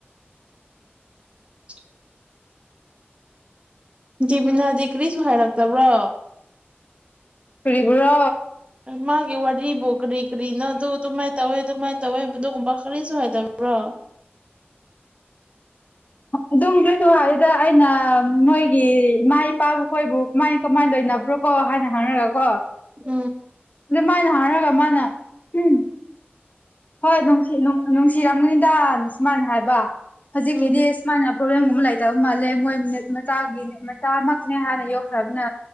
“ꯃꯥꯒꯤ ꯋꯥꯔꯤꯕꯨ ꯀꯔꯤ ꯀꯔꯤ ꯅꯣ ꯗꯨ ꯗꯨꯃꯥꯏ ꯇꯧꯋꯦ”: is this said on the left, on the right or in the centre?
Right